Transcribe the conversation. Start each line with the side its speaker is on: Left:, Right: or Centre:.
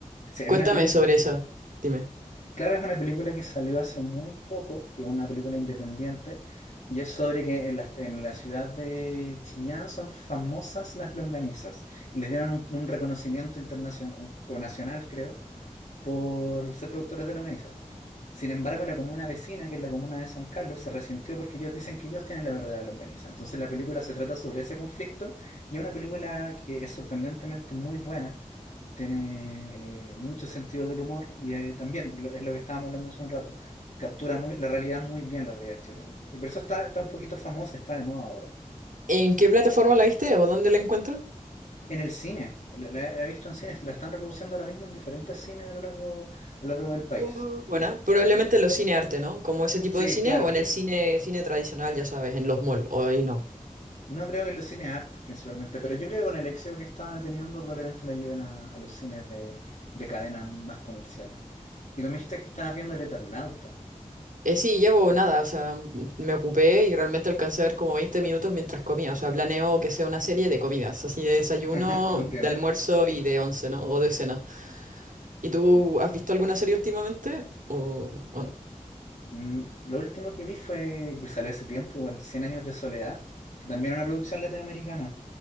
Left: Sí, es
Right: Cuéntame
Left: una película.
Right: sobre esa, dime.
Left: Claro, es una película que salió hace muy poco, que es una película independiente, y es sobre que en la, en la ciudad de Chillán son famosas las longanizas, y les dieron un, un reconocimiento internacional o nacional, creo por ser productores de longaniza. Sin embargo, la comuna vecina, que es la comuna de San Carlos, se resintió porque ellos dicen que ellos tienen la verdadera longaniza. Entonces la película se trata sobre ese conflicto y es una película que es sorprendentemente muy buena, tiene eh, mucho sentido del humor y eh, también lo- es lo que estábamos hablando hace un rato, captura muy, la realidad muy bien, la realidad chilena. Y por eso está, está un poquito famosa, está de moda ahora.
Right: ¿En qué plataforma la viste o dónde la encuentro?
Left: En el cine, la, la- la he visto en cines, la están reproduciendo ahora mismo en diferentes cines a lo largo, a lo largo del país.
Right: Uh, Buena, probablemente los cine arte, ¿no? Como ese tipo
Left: Sí,
Right: de cine,
Left: claro.
Right: o en el cine, cine tradicional, ya sabes, en los malls, o ahí no.
Left: No creo que en los cines artes principalmente, pero yo creo que con el éxito que está teniendo probablemente la lleven a, a los cines de, de cadenas más comerciales. Y tú me dijiste que estabas viendo El Eternauta.
Right: Eh, sí, llevo nada, o sea, m- me ocupé y realmente alcancé a ver como 20 minutos mientras comía, o sea, planeo que sea una serie de comidas, así de desayuno,
Left: <laughs> Entiendo.
Right: de almuerzo y de once, ¿no? O de cena. ¿Y tú
Left: Eh,
Right: has visto alguna serie últimamente? ¿O, o no?
Left: mm, Lo último que vi fue, que salió hace tiempo, igual, cien años de soledad, que también es una producción latinoamericana.